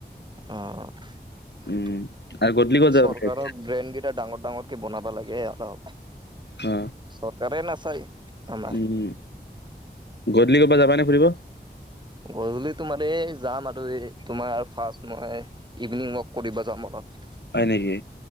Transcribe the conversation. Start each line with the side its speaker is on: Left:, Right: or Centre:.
Right: অ'
Left: উম, আৰু গধূলি ক'ত
Right: চৰকাৰক
Left: যাব
Right: ড্ৰেগনকেইটা ডাঙৰ ডাঙৰকে বনাবা লাগে অলপ
Left: অ
Right: চৰকাৰে নাচায়। আমাৰ।
Left: উম', গধূলি ক'ৰবাত যাবানে ফুৰিব?
Right: গধূলি তোমাৰ এই যাম আৰু এই তোমাৰ ফাৰ্ষ্ট মই ইভিনিং ৱাক কৰিব যাম অলপ।
Left: হয় নেকি?